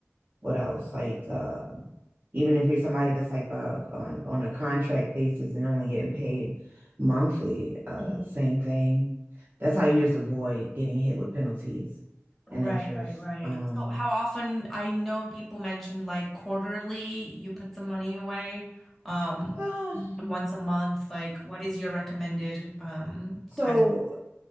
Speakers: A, on the right; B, in the centre.
A: what else? Like, um, even if you're somebody that's like uh, on, on a contract basis and only getting paid monthly, uh,
B: mhm.
A: same thing. That's how you just avoid getting hit with penalties and
B: Right,
A: interest.
B: right, right.
A: Um,
B: So how often I know people mentioned like quarterly, you put some money away, um,
A: ah,
B: once a month, like what is your recommended um
A: so
B: time?